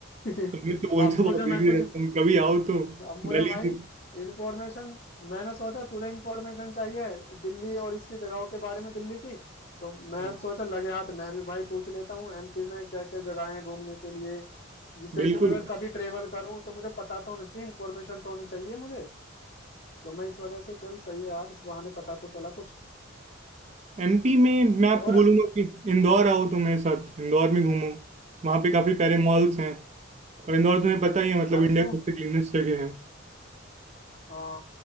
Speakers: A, on the left; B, on the right.
A: <laughs>
B: तुम ये तो बोलते
A: अब
B: हो
A: मुझे
B: बहुत देरी
A: ना कुछ
B: रहते हो कभी आओ तो
A: अब मुझे
B: दिल्ली
A: भाई
B: से
A: इंफॉर्मेशन मैंने सोचा तुझे इंफॉर्मेशन चाहिए दिल्ली और इसकी जगहों के बारे में दिल्ली की तो मैं
B: हाँ,
A: सोचा लगे हाथ मैं भी भाई पूछ लेता हूँ एमपी में क्या क्या जगह है घूमने के लिए जिससे
B: बिल्कुल
A: कि मैं अगर कभी ट्रेवल करूँ तो मुझे पता तो होना चाहिए इन्फॉर्मेशन तो होनी चाहिए मुझे तो मैं इस वजह से चल सही है यार इस बहाने पता तो चला कुछ
B: एमपी में मैं आपको
A: और
B: बोलूंगा कि इंदौर आओ तुम मेरे साथ इंदौर में घूमो वहाँ पे काफी प्यारे मॉल्स हैं और इंदौर तुम्हें पता ही है मतलब
A: और
B: इंडिया
A: तो
B: की सबसे क्लीनेस्ट जगह है
A: हाँ